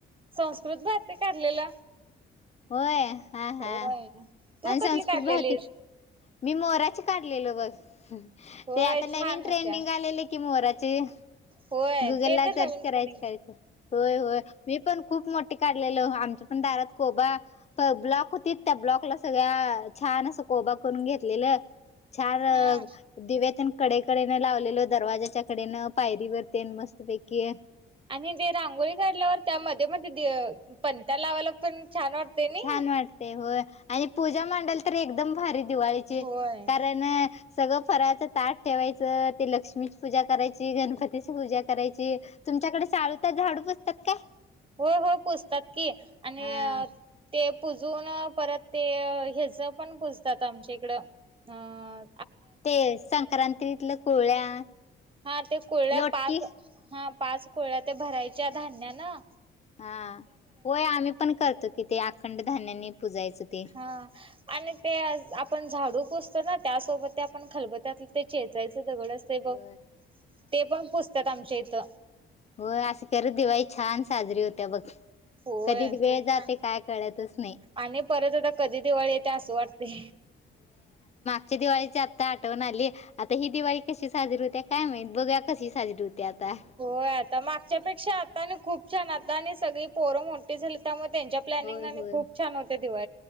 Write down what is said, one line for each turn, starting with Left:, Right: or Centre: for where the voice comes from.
Right: संस्कृत भारती ते काढलेला..
Left: होय हा
Right: होय
Left: हा
Right: तू
Left: आणि
Right: कुठली
Left: संस्कृत
Right: काढलेलीस
Left: भारती मी मोराचे... काढलेल बघ
Right: होय
Left: ते आता नवीन
Right: छान
Left: ट्रेंडिंग
Right: होत्या
Left: आलेले की मोराचे...
Right: होय
Left: गुगल
Right: ते
Left: ला
Right: तर
Left: सर्च
Right: नवीन
Left: करायच
Right: ट्रेंडिंग
Left: होय होय मी पण खूप मोठे.. काढलेलं आमच्या पण दारात.. कोबा प ब्लॉक होती त्या ब्लॉकला सगळ्या छान असं कोबा करून घेतलेलं... चार
Right: हा
Left: दिवेेतन... कडेकडेन लावलेलो दरवाजाच्या कडेनं पायरीवर तेन मस्तपैकी
Right: आणि ते रांगोळी काढल्यावर त्या मध्ये मध्ये पणत्या लावायला पण... छान वाटते नाही
Left: छान वाटते हो... आणि पूजा मांडल तर एकदम भारी दिवाळीची
Right: होय
Left: कारण... सगळं फराळाचं ताट ठेवायचं ते लक्ष्मीची पूजा करायची गणपतीची पूजा करायची... तुमच्याकडे सालूथा तर झाडू पुसतात का?
Right: हो हो पूजतात की आणि...
Left: हा
Right: ते पुजून परत ते हच पण पुजतात आमच्या इकडं अं...
Left: ते संक्रांतीतलं कोळ्या...
Right: हा ते कोळळ्या
Left: लोटकी
Right: पाच हा पाच कोळळ्या ते भरायच्या धान्या ना....
Left: हा होय आम्ही पण करतो कि ते अखंड धान्यानी... पुजायचं ते
Right: हा आणि ते आपण झाडू पोस... त्यासोबत ते आपण खलबत्यात ते चेचायच... दगड असतय
Left: होय
Right: ब ते पण पुजतात आमच्या इथं...
Left: हो असं ख दिवाळी छान साजरी होत्या बघ...
Right: होय
Left: कधी वेळ
Right: खूप
Left: जाते
Right: छान
Left: काय कळतच नाही...
Right: आणि परत आता कधी दिवळ येते असं वाटते...
Left: च्या दिवाळीची आता आठवण आली आता ही दिवाळी कशी साजरी होते्य काय माहित बघुया कशी साजरी होती... ती आता...
Right: हो आता मागच्यापेक्षा आता आणि खूप छान आता आणि सगळी पोरं मोठी झाली त्यामध्ये... प्लनिंग
Left: होय होय
Right: खूपछान होते दिवस...